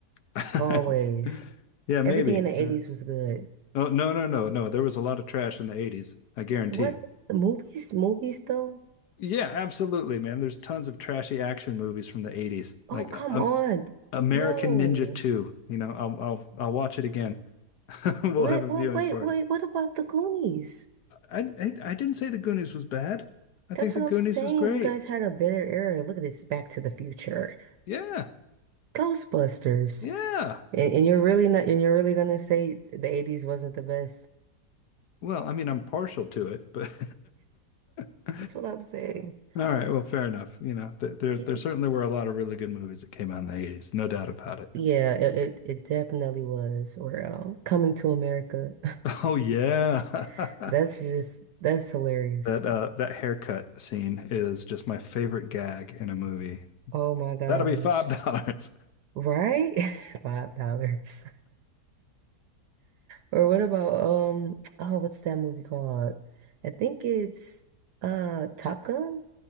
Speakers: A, on the left; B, on the right.
A: <laughs>
B: Always.
A: Yeah, maybe.
B: Everything in the 80s
A: Yeah.
B: was good.
A: Oh, no, no, no, no. There was a lot of trash in the 80s. I guarantee
B: What
A: you.
B: movies? Movies though?
A: Yeah, absolutely, man. There's tons of trashy action movies from the 80s,
B: Oh,
A: like
B: come
A: uh, um,
B: on.
A: American
B: No.
A: Ninja 2. You know, I'll I'll I'll watch it again. <laughs> We'll
B: Wait,
A: have a
B: well,
A: viewing
B: wait,
A: party.
B: wait. What about the Goonies?
A: I, I I didn't say the Goonies was bad. I think
B: That's
A: the
B: what
A: Goonies
B: I'm saying.
A: is great.
B: You guys had a better era. Look at this, Back to the Future.
A: Yeah.
B: Ghostbusters.
A: Yeah.
B: And, and you're really not and you're really gonna say the 80s wasn't the best.
A: Well, I mean, I'm partial to it, but <laughs>
B: That's what I'm saying.
A: All right, well, fair enough. You know, th there there
B: Y-
A: certainly were a lot of really good movies that came out in the 80s, no doubt about it.
B: Yeah, it, it it definitely was. Or um, Coming to America.
A: Oh yeah.
B: <laughs> That's
A: <laughs>
B: just that's hilarious.
A: That uh that haircut scene is just my favorite gag in a movie.
B: Oh my gosh.
A: That'll be five dollars. <laughs>
B: Right? <laughs> Five dollars. Or what about um oh what's that movie called? I think it's uh Top Gun.